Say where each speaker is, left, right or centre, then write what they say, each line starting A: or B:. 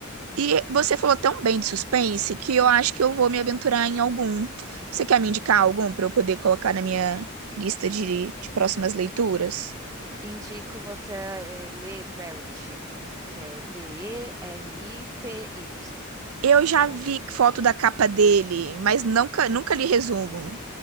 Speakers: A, on the right; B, on the right.
A: E você falou tão bem de suspense que eu acho que eu vou me aventurar em algum. Você quer me indicar algum para eu poder colocar na minha lista de, de próximas leituras?
B: Indico você eh, ler Verity, que é V-E-R-I-T-Y.
A: Eu já vi foto da capa dele, mas nunca, nunca li resumo.